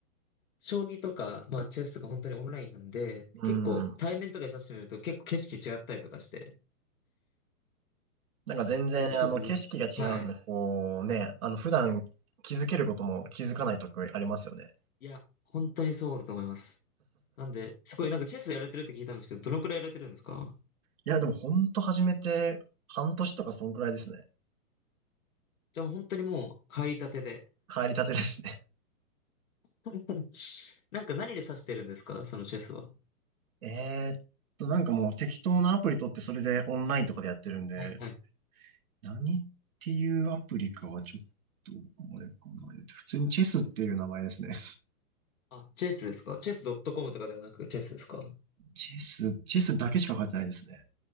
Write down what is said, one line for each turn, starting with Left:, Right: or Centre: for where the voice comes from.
Left: 将棋とか、まあ、チェスとか本当にオンラインなんで、
Right: うん。
Left: 結構、対面とかで指してみると結構景色違ったりとかして、
Right: なんか全然、
Left: なんでちょっとむず、
Right: あの、景色が違うんで、
Left: はい。
Right: こうね、あの、普段気づけることも気づかないとこありますよね。
Left: いや、本当にそうだと思います。なんで、すごい、なんかチェスやれてるって聞いたんですけど、どのくらいやれてるんですか
Right: いや、でもほんと始めて半年とかそんくらいですね。
Left: じゃあ本当にもう、入りたてで。
Right: 入りたてですね。
Left: <laughs> なんか何で指してるんですかそのチェスは。
Right: <laughs> えーっと、なんかもう適当なアプリ取ってそれでオンラインとかでやってるんで、
Left: はいはい。
Right: 何っていうアプリかはちょっと、あれかな。えっと普通にチェスっていう名前ですね。
Left: あ、チェスですかチェスドットコムとかではなくチェスですかあ
Right: チェス、チェスだけしか書いてないですね。